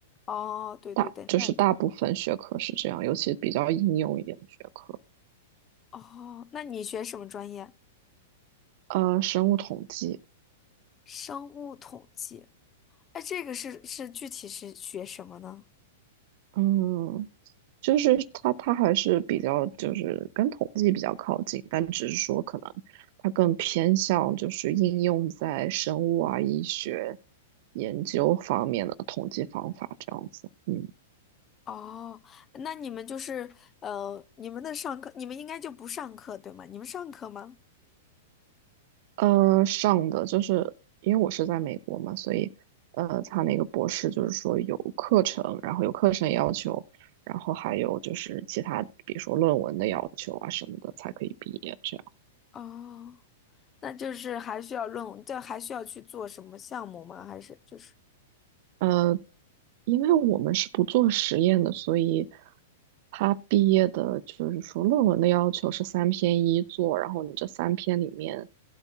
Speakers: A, on the left; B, on the right.
A: 哦，对对对，
B: 大就是大部分学科是这样，
A: 那也确实
B: 尤其比较应用一点的学科。
A: 哦，那你学什么专业？
B: 呃，生物统计，
A: 生物统计。哎，这个是是具体是学什么呢？
B: 嗯，就是它它还是比较就是跟统计比较靠近，但只是说可能它更偏向就是应用在生物啊、医学研究方面的统计方法这样子。嗯，
A: 哦，那你们就是呃，你们的上课，你们应该就不上课，对吗？你们上课吗？
B: 呃，上的就是因为我是在美国嘛，所以呃，他那个博士就是说有课程，然后有课程要求，然后还有就是其他比如说论文的要求啊什么的才可以毕业这样。
A: 哦，那就是还需要论文，这还需要去做什么项目吗？还是就是
B: 呃，因为我们是不做实验的，所以他毕业的就是说论文的要求是三篇一作，然后你这三篇里面